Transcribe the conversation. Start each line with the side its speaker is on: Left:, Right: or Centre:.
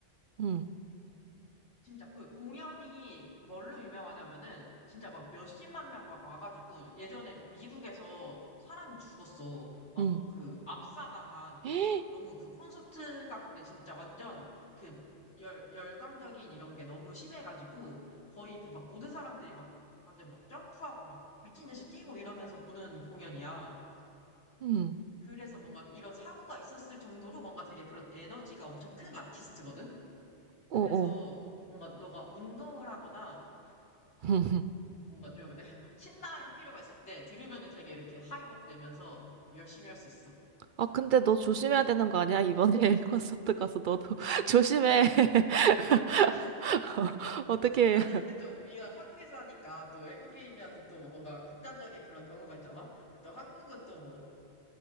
Right: 응,
Left: 진짜 그 공연이 뭘로 유명하냐면은 진짜 막 몇십만 명 막 와가지고 예전에 미국에서 사람이 죽었어. 막
Right: 응,
Left: 그 압사당한
Right: <gasps>
Left: 너무 그 콘서트가 근데 진짜 완전 그 열, 열광적인 이런 게 너무 심해가지고 거의 그 막 모든 사람들이 막 완전 막 점프하고 막 미친 듯이 뛰고 이러면서 보는 공연이야.
Right: 응,
Left: 그래서 뭔가 이런 사고가 있었을 정도로 뭔가 되게 그런 에너지가 엄청 큰 아티스트거든?
Right: 어,
Left: 그래서
Right: 어.
Left: 뭔가 너가 운동을 하거나
Right: <laughs>
Left: 뭔가 좀 <laughs> 신나할 필요가 있을 때 들으면은 되게 이렇게 하이법 되면서 열심히 할 수 있어.
Right: 아, 근데 너 조심해야 되는 거 아니야? 이번에 <laughs> 콘서트 가서 너도 <laughs> 조심해. <laughs>
Left: 아,
Right: 어, 어떻게
Left: 아니 근데 또 이거 한국에서 하니까 또 외국이면은 또 뭔가 극단적인 그런 경우가 있잖아. 근데 또 한국은 또 뭐